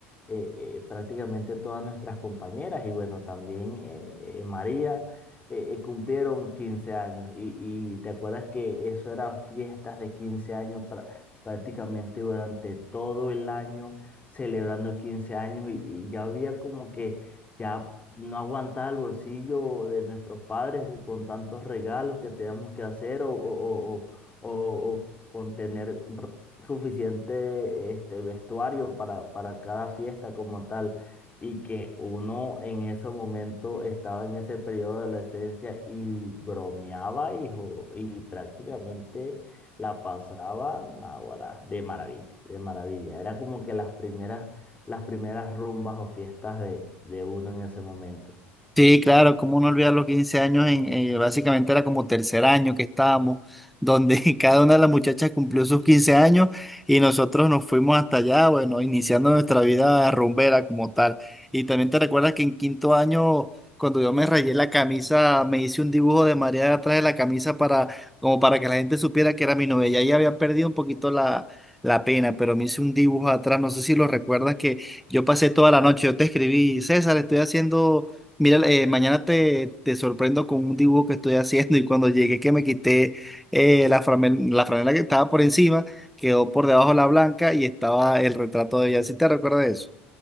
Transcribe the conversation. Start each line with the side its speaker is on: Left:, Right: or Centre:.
Left: eh, eh, prácticamente todas nuestras compañeras y bueno, también eh, eh, María eh, eh, cumplieron 15 años. Y, y te acuerdas que eso eran fiestas de 15 años pra- prácticamente durante todo el año, celebrando 15 años y, y ya había como que ya no aguantar el bolsillo de nuestros padres de- con tantos regalos que tenemos que hacer o, o- o- o- o o con tener r- suficiente este, vestuario para, para cada fiesta como tal. Y que uno en ese momento estaba en ese periodo de adolescencia y bromeaba, hijo, y prácticamente la pasaba, naguará, de maravilla, de maravilla. Era como que las primeras las primeras rumbas o fiestas de, de uno en ese momento.
Centre: Sí, claro, cómo no olvidar los 15 años, en, eh, básicamente era como tercer año que estábamos, donde <laughs> cada una de las muchachas cumplió sus 15 años y nosotros nos fuimos hasta allá, bueno, iniciando nuestra vida rumbera como tal. Y también te recuerdas que en quinto año, cuando yo me rayé la camisa, me hice un dibujo de María atrás de la camisa para, como para que la gente supiera que era mi novia. Ya ahí había perdido un poquito la, la pena, pero me hice un dibujo atrás, no sé si lo recuerdas que yo pasé toda la noche, yo te escribí, César, estoy haciendo Mira, eh, mañana te, te sorprendo con un dibujo que estoy haciendo y cuando llegué que me quité eh, la franel- la franela que estaba por encima, quedó por debajo la blanca y estaba el retrato de ella. ¿Sí te recuerdas eso?